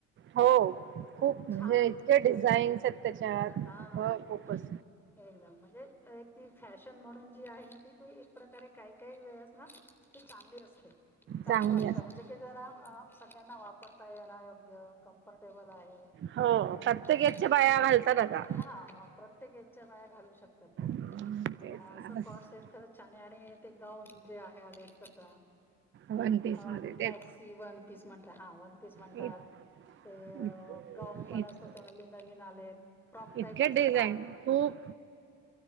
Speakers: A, on the right (about 30°); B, in the centre.
A: हो
B: खूप
A: म्हणजे
B: छान
A: इतके डिझाईन्स आहेत त्याच्यात
B: हां
A: हो
B: -हां
A: खूपच
B: एकदम म्हणजे एक ती फॅशन म्हणून जी आहे ना ती एक प्रकारे काही -काही वेळा! ती चांगली असते. चांगलं
A: चांगली
B: वाटत
A: अस
B: म्हणजे जरा की सगळ्यांना वापरता येणं योग्य कम्फर्टेबल आहे
A: हो प्रत्येक
B: अस
A: याच्या बाया घालतात आता
B: हां प्रत्येक एज च्या बाया घालू शकतात ते
A: हं, तेच
B: असट
A: ना.
B: कॉट्स आहेत खर छान! नारे ते गाउन - ते आहे आलेच कस - अं
A: वन पीस मध्ये तेच
B: मॅक्सी वन पीस- म्हणत हा वन पीस म्हणतात
A: इत
B: ते
A: इत
B: गाऊन पण
A: इत
B: असत नवीन आले फ्रॉक
A: इतके
B: टाईप असतात.
A: डिझाईन खूप